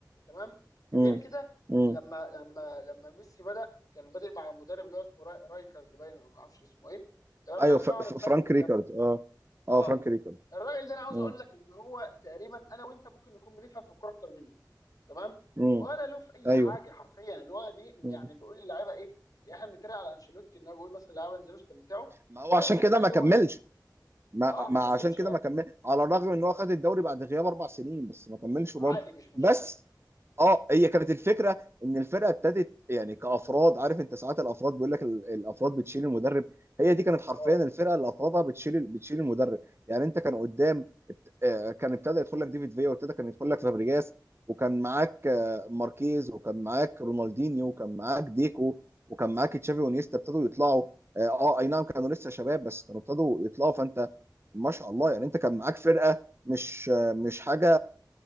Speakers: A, on the left (about 55°); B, on the right (about 35°).
A: تمام
B: مم.
A: غير كده
B: مم.
A: لما لما لما ميسي بدا كان بادئ مع المدرب اللي هو اسمه راي... رايكارد باين ولا ما اعرفش اسمه ايه يا راجل
B: ايوه
A: ابو
B: ف...
A: شعر
B: ف-
A: مفلفل
B: فرانك ريكارد
A: ده.
B: اه اه
A: اه
B: فرانك ريكارد
A: الراجل ده انا عاوز
B: امم
A: اقول لك ان هو تقريبا انا وانت ممكن نكون بنفهم في الكوره اكتر منه تمام
B: امم
A: ولا له في اي
B: ايوه
A: حاجه حرفيا اللي هو دي
B: مم.
A: يعني بيقول للعيبه ايه يعني احنا بنتريق على انشيلوتي ان هو بيقول مثلا للعيبه انزلوا استمتعوا
B: ما هو
A: الراجل
B: عشان
A: كان
B: كده
A: ده اللي
B: ما كملش
A: هو ايه
B: ما
A: اه
B: ما
A: ما كملش
B: عشان كده
A: وقت
B: ما كمل على الرغم ان
A: يا-
B: هو خد الدوري بعد غياب اربع سنين بس ما كملش برضه
A: عادي مش مشكله
B: بس اه هي كانت الفكره ان الفرقه ابتدت يعني كافراد عارف انت ساعات الافراد بيقول لك ال- الافراد بتشيل المدرب هي دي كانت حرفيا
A: اه
B: الفرقه اللي افرادها بتشيل بتشيل المدرب يعني انت كان قدام ابت- آه، كان ابتدى يدخل لك ديفيد فيا وابتدى كان يدخل لك فابريجاس وكان معاك آه، ماركيز وكان معاك رونالدينيو وكان معاك ديكو وكان معاك تشافي ونيستا ابتدوا يطلعوا اه آه، اي نعم كانوا لسه شباب بس كانوا ابتدوا يطلعوا فانت ما شاء الله يعني انت كان معاك فرقه مش مش حاجه